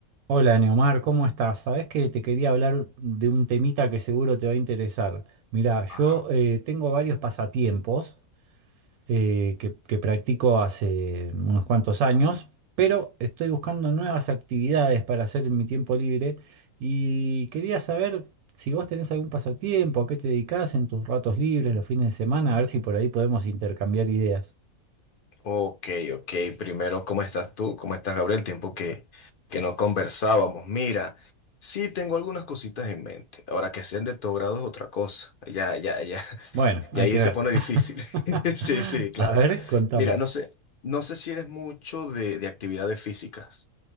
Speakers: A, on the right (about 80°); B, on the left (about 55°).
A: Hola Neomar, ¿cómo estás? Sabés que te quería hablar de un temita que seguro te va a interesar. Mirá,
B: Ajá.
A: yo eh, tengo varios pasatiempos eh, que, que practico hace unos cuantos años, pero estoy buscando nuevas actividades para hacer en mi tiempo libre y quería saber si vos tenés algún pasatiempo, a qué te dedicás en tus ratos libres, los fines de semana, a ver si por ahí podemos intercambiar ideas.
B: Ok, ok. Primero, ¿cómo estás tú? ¿Cómo estás, Gabriel? Tiempo que, que no conversábamos. Mira, sí tengo algunas cositas en mente. Ahora que sean de tu grado es otra cosa. Ya, ya, ya. <laughs>
A: Bueno,
B: Ya
A: hay
B: ahí
A: que ver.
B: se pone difícil. <laughs>
A: <laughs>
B: Sí, sí, claro.
A: A ver, contame.
B: Mira, no sé, no sé si eres mucho de, de actividades físicas.